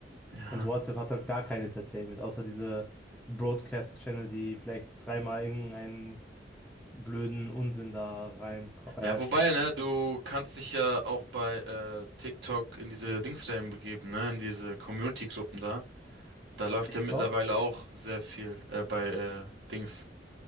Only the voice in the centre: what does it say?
und WhatsApp hat halt gar kein Entertainment, außer diese Broadcast-Channel, die vielleicht dreimal irgendeinen blöden Unsinn da rein äh,
TikTok.